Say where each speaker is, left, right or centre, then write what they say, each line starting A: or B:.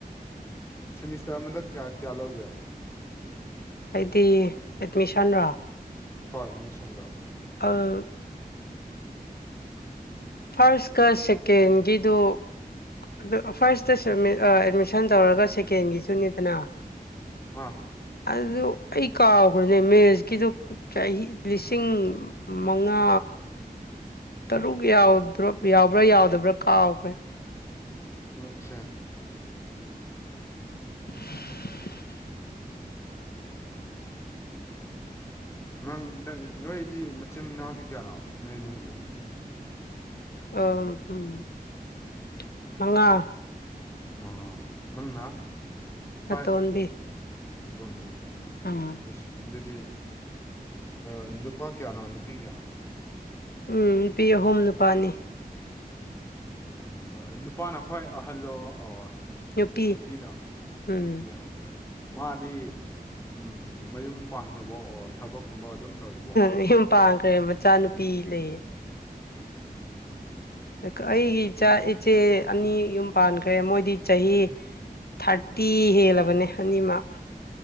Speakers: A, on the left; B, on the left.
A: ꯁꯦꯃꯤ꯭ꯁꯇ꯭ꯔ ꯑꯃꯗ ꯀꯌꯥ ꯀꯌꯥ ꯂꯧꯒꯦ
B: ꯍꯥꯏꯗꯤ ꯑꯦꯠꯃꯤꯁꯟꯔꯣ
A: ꯍꯣꯏ ꯑꯦꯠꯃꯤꯁꯟꯗꯣ
B: ꯑ
A: <unintelligible>
B: ꯐꯥꯔ꯭ꯁꯀ ꯁꯦꯀꯦꯟꯒꯤꯗꯨ ꯑꯗꯨ ꯐꯥꯔꯁꯇꯁꯨ ꯑꯦꯃꯤ ꯑꯦꯠꯃꯤꯁꯟ ꯇꯧꯔꯒ ꯁꯦꯀꯦꯟꯒꯤꯁꯨꯅꯤꯗꯅ
A: ꯑꯥ
B: ꯑꯗꯨ ꯑꯩ ꯀꯥꯎꯒꯔ꯭ꯦꯅꯦ ꯃꯦꯁꯀꯤꯗꯨ ꯆꯍꯤ ꯂꯤꯁꯤꯡ ꯃꯪꯉꯥ ꯇꯔꯨꯛ ꯌꯥꯎꯗꯔ‌‌ꯣꯕ ꯌꯥꯎꯕ꯭ꯔꯥ ꯌꯥꯎꯗꯕ꯭ꯔꯥ ꯀꯥꯎꯈꯔꯦ
A: ꯑ‌ꯣꯈ‌ꯦ
B: <unintelligible>
A: ꯃꯪꯗ ꯅꯣꯏꯗꯤ ꯃꯆꯤꯟ ꯃꯅꯥꯎꯗꯤ ꯀꯌꯥꯅꯣ ꯅꯣꯏ ꯏꯃꯨꯡꯒꯤ
B: <unintelligible> ꯃꯉꯥ
A: ꯃꯉꯥ ꯅꯪꯅ ꯈ꯭ꯋꯥꯏ
B: ꯑꯇꯣꯟꯕꯤ
A: ꯑꯇꯣꯟꯕꯤ ꯃ‌ꯣꯠꯈ‌ꯦ
B: ꯎꯝ
A: ꯑ‌ꯣꯀ‌ꯦ ꯏꯁ ꯑꯗꯨꯗꯤ ꯑꯥ ꯅꯨꯄꯥ ꯀꯌꯥꯅꯣ ꯅꯨꯄꯤ ꯀꯌꯥꯅꯣ
B: ꯎꯝ ꯅꯨꯄꯤ ꯑꯍꯨꯝ ꯅꯨꯄꯥ ꯑꯅꯤ
A: ꯅꯨꯄꯤ ꯑꯍꯨꯝꯒ ꯅꯨꯄꯥꯅ ꯈ꯭ꯋꯥꯏ ꯑꯍꯜꯂꯣ ꯑꯣ
B: ꯅꯨꯄꯤ
A: ꯅꯨꯄꯤꯅ
B: ꯎꯝ
A: ꯅꯨꯄꯤ ꯑ‌ꯣꯀꯦ ꯑꯣꯀꯦ ꯃꯥꯗꯤ ꯎꯝ ꯃꯌꯨꯝ ꯄꯥꯟꯈ꯭ꯔꯕ‌ꯣ ꯑꯣꯔ ꯊꯕꯛꯀꯨꯝꯕ ꯑꯗꯨꯝ ꯇꯧꯔꯤꯕꯣ
B: ꯃꯌꯨꯝ ꯄꯥꯡꯈ꯭ꯔꯦ ꯃꯆꯥ ꯅꯨꯄꯤ ꯂꯩ
A: ꯑꯣꯀꯦ ꯑꯣꯀꯦ
B: ꯑꯩ ꯀ ꯑꯩꯒꯤ ꯏꯆꯥ ꯏꯆꯦ ꯑꯅꯤ ꯌꯨꯝ ꯄꯥꯟꯈ꯭ꯔꯦ ꯃꯣꯏꯗꯤ ꯆꯍꯤ ꯊꯥꯔꯇꯤ ꯍꯦꯜꯂꯕꯅꯦ ꯑꯅꯤꯃꯛ